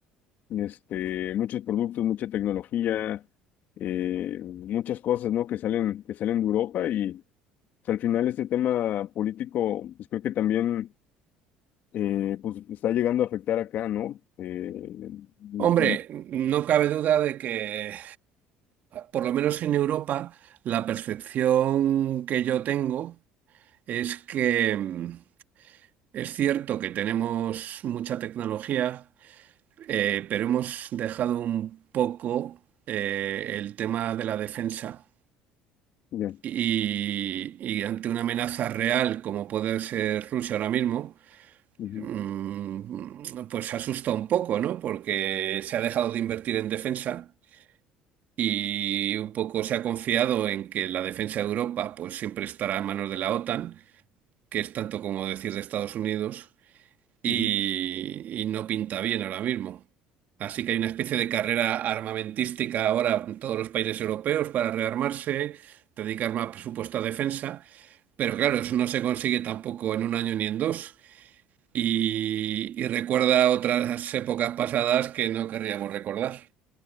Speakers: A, on the left; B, on the right.
A: este, muchos productos, mucha tecnología, eh, muchas cosas, ¿no? Que salen, que salen de Europa y pues, al final este tema político, pues creo que también, eh, pues está llegando a afectar acá, ¿no? Eh, y-
B: Hombre, no cabe duda de que, eh, por lo menos en Europa, la percepción que yo tengo es que mm, es cierto que tenemos mucha tecnología, eh, pero hemos dejado un poco eh, el tema de la defensa.
A: y- ya,
B: y, y ante una amenaza real como puede ser Rusia ahora mismo,
A: ujú,
B: mm, pues asusta un poco, ¿no? Porque se ha dejado de invertir en defensa y un poco se ha confiado en que la defensa de Europa pues siempre estará a manos de la OTAN, que es tanto como decir de Estados Unidos, y,
A: ujú.
B: y no pinta bien ahora mismo. Así que hay una especie de carrera armamentística ahora en todos los países europeos para rearmarse, dedicar más presupuesto a defensa. Pero claro, eso no se consigue tampoco en un año ni en dos. Y, y recuerda otras épocas pasadas que no querríamos recordar.